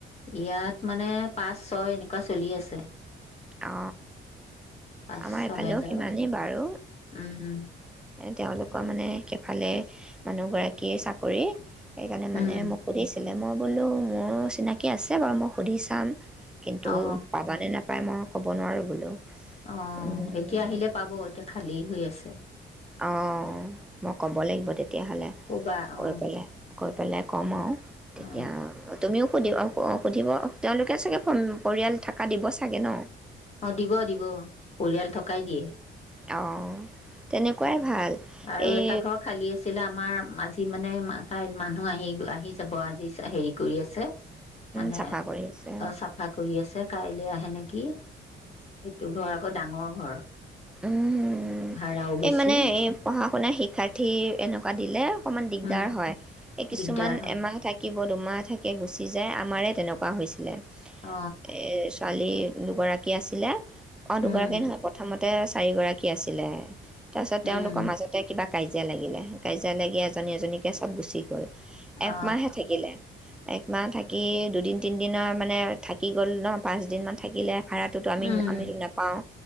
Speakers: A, on the left; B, in the centre.
A: ইয়াত মানে পাঁচ ছয় এনো চলি আছে
B: অ
A: পাঁচ
B: আমাৰ
A: ছহেজাৰ
B: এইফালেও সিমানেই বাৰু
A: উম
B: তেওঁলোকৰ মানে সেইফালে মানুহগৰাকীয়ে চাকৰি সেইকাৰণে
A: উম
B: মানে মোক সুধিছিলো মই বোলো মোৰো চিনাকি আছে বাৰু মই সুধি চাম কিন্তু
A: অ
B: পাবা নে নাপ পই মই ক'ব নোৱাৰোঁ বোলো
A: অ
B: উম,
A: এতিয়া আহিলে পাব এতিয়া খালী হৈ আছে
B: অ মই ক'ব লাগিব তেতিয়া তেতিয়াহ'লে
A: ক'বা অ
B: কৈ পেলাই কৈ পেলাই ক'ম আৰু তেতিয়া
A: অ
B: তুমিও সুধিব অঁ সুধিব তেওঁলোকে চাগে পৰিয়াল থাককা দিব চাগে ন
A: অ দিব দিব পৰিয়াল থকাই দিয়ে
B: অঁ তেনেকুৱাই ভাল
A: আৰু
B: এই
A: এটা ঘৰ খালী আছিলে আমাৰ আজি মানে মানে কাই মানুহ আহি আহি যাব আজি হেৰি কৰি আছে মানে
B: চাফা কৰি আছে
A: অ চাফা কৰি আছে কাইলৈ আহে নেকি এইটো ঘৰত আকৌ ডাঙৰ ঘৰ
B: উম উম উ
A: ভাড়াও বেছি
B: এই মানে এই পঢ়া শুনা শিক্ষাৰ্থী এনেকুৱা দিলে অকণমান দিগদাৰ
A: উম
B: হয় এই কিছুমান
A: দিগদাৰ হয়
B: এমাহ থাকি থাকিব দুমাহ থাকে গুচি যায় আমাৰে তেনেকুৱা হৈছিলে
A: অ
B: এ ছোৱালীৰ দুগৰাকী আছিলে অ
A: উম
B: দুগৰাকী নহয় প্ৰথমতে তাতে চাৰিগৰাকী আছিলে তাৰ পিছত
A: উম
B: তেওঁলোকৰ মাজতে কিবা কাজিয়া লাগিলে কাজা যাই লাগি এজনী এজনীকে চব গুচি একমাহহে
A: অ
B: থাকিলে একমাহ থাকি দুদিন তিনিদিনৰ মানে থাকি গ'ল ন পাঁচদিনমান থাকিলে ভাড়াটোতোমি
A: উম
B: আমিতো নাপাওঁ